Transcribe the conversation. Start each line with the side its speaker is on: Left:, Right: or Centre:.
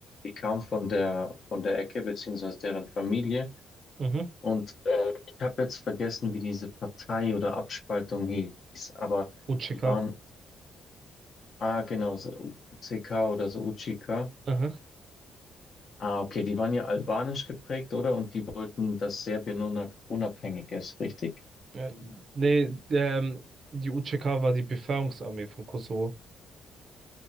Left: die kamen von der, von der Ecke, beziehungsweise deren Familie.
Right: mhm.
Left: Und äh, ich habe jetzt vergessen, wie diese Partei oder Abspaltung hieß, aber
Right: UÇK.
Left: die waren, ah genau, so UCK oder so UCK.
Right: Aha.
Left: Ah, okay, die waren ja albanisch geprägt, oder? Und die wollten, dass Serbien una- unabhängig ist, richtig?
Right: Äh, nee, ähm, die UÇK war die Befreiungsarmee von Kosovo.